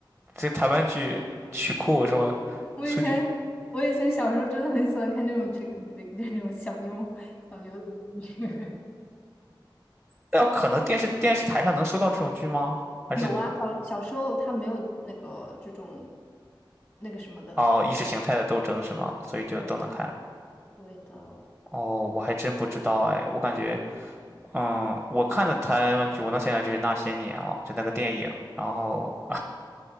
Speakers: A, in the centre; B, on the left.
A: 这台湾剧曲库什么数据？
B: 我以前我以前小时候真的很喜欢看这种 chicken flick，就是那种小妞小妞的电视剧。<laughs>
A: 那有可能电视电视台上能收到这种剧吗？还是你
B: 有啊，小小时候他没有那个这种那个什么的。
A: 哦，意识形态的斗争是吗？所以就都能看。
B: 对，对的，
A: 哦，我还真不知道哎，我感觉，嗯，我看的台湾剧，我能想起来就是那些年了，就那个电影，然后，